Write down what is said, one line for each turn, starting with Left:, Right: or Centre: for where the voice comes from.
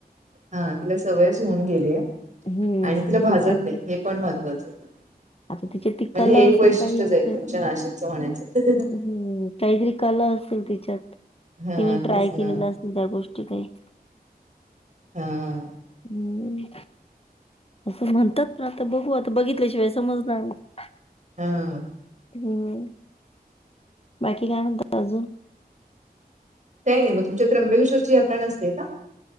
Right: हा तिला सवयच होऊन गेली आहे.
Left: हम्म
Right: आणि तिला भाजत
Left: ती प्रॅक्टिस
Right: नाही हे. पण महत्त्वाच आहे.
Left: आता तिची ती
Right: म्हणजे
Left: कला
Right: हे एक
Left: असेल
Right: वैशिष्ट्यच
Left: काही
Right: आहे
Left: असेल
Right: तुमच्या नाशिकच म्हण्याचं.
Left: हम्म! काहीतरी कला असेल तिच्यात.
Right: हा
Left: तिने ट्राय
Right: तेच ना
Left: केलेलं असतील त्या गोष्टी काही.
Right: हां..
Left: हम्म! असं म्हणतात ना, आता बघू आता बघितल्याशिवाय समजणार ना
Right: हा.
Left: हम्म! बाकी काय म्हणता अजून?
Right: काही नाही मग, तुमच्यात त्र्यंबकेश्वरची यात्रा नसते का?